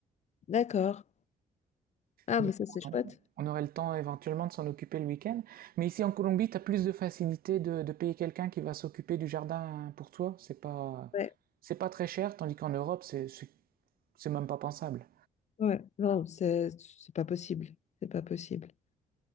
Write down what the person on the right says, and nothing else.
donc
on
on aurait le temps éventuellement de s'en occuper le week-end. Mais ici en Colombie, tu as plus de facilité de, de payer quelqu'un qui va s'occuper du jardin pour toi. C'est pas,
c'est pas très cher, tandis qu'en Europe, c'est, c'est c'est même pas pensable.